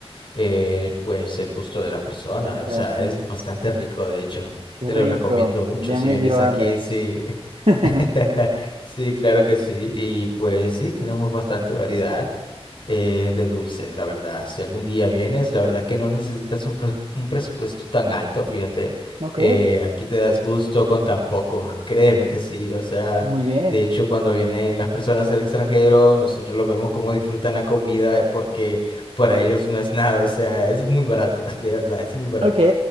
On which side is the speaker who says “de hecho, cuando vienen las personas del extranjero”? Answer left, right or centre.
Left